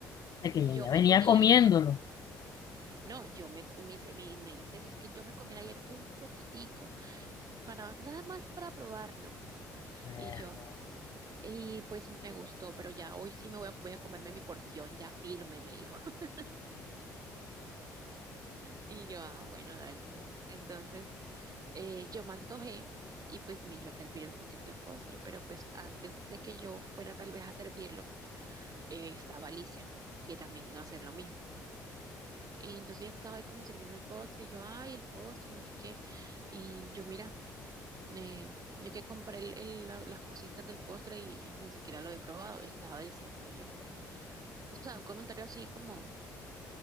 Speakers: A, on the left (about 45°); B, on the right (about 45°).
A: sea, que ella
B: Yo me
A: ya venía
B: comí
A: comiéndolo.
B: ayer, no, yo me, co- me, hice- me, me hice eso, es que yo me comí ayer un poquitico para nada más para probarlo.
A: Eh,
B: Y yo, y pues me gustó, pero ya hoy sí me voy a, voy a comerme mi porción ya firme, me dijo. <laughs> Y yo, ah, bueno, dale, pues. Entonces, eh, yo me antojé y pues me iba a servir un poquito de postre, pero pues antes de que yo fuera tal vez a servirlo, eh, estaba Alicia, que también iba a hacer lo mismo. Y entonces ella estaba ahí como sirviendo el postre, y yo, ay, el postre, no sé qué. Y yo, mira, eh, yo que compré el- el- la- las cositas del postre y, y ni siquiera lo he probado, estaba diciendo yo. O sea, un comentario así como,